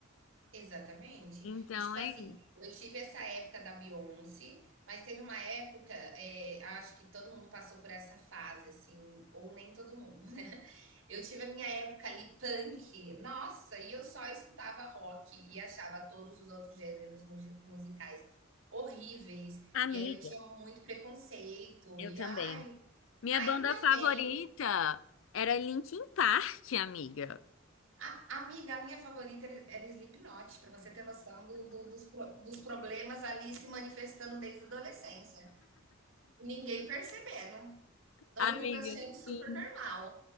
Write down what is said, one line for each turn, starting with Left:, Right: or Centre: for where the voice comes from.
Right: Exatamente.
Left: Então,
Right: E, tipo
Left: é.
Right: assim,
Left: isso.
Right: eu tive essa época da Beyoncé, mas teve uma época, eh, acho que todo mundo passou por essa fase, assim, ou nem todo mundo, né. <laughs> Eu tive a minha época ali punk, nossa, e eu só escutava rock e achava todos os outros gêneros mugi musicais horríveis,
Left: Amiga,
Right: e aí eu tinha muito preconceito
Left: eu
Right: e
Left: também.
Right: ai,
Left: Minha
Right: ainda
Left: banda favorita
Right: bem
Left: era Linkin Park, amiga.
Right: A amiga, a minha favorita era era Slipknot, para você ter noção do do dos pro dos problemas ali se manifestando desde a adolescência. Ninguém percebendo. Todo
Left: Amiga,
Right: mundo achando super
Left: sim.
Right: normal.